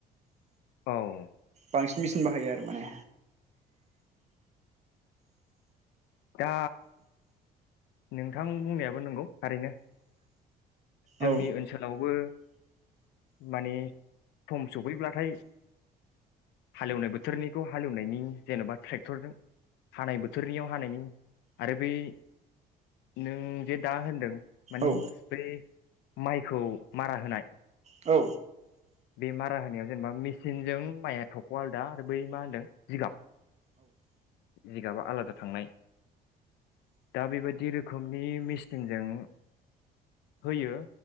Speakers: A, on the left; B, on the right.
A: औ
B: बांसिन मेसिन बाहायो आरो माने
A: दा नोंथां बुंनायाबो नोंगौ थारैनो जोंनि
B: औ
A: ओनसोलावबो माने सम सफैब्लाथाय हालेवनाय बोथोरनिखौ हालेवनायनि जेनबा ट्रेक्टरजों हानाय बोथोरनियाव हानायनि आरो बै नों जे दा होनदों मानि
B: औ
A: बे माइखौ मारा होनाय
B: औ
A: बे मारा होनायाव जेनेबा मेसिनजों माइया थख आलदा आरो बै मा होनदों जिगाब जिगाबा आलादा थांनाय दा बेबायदि रोखोमनि मेसिनजों होयो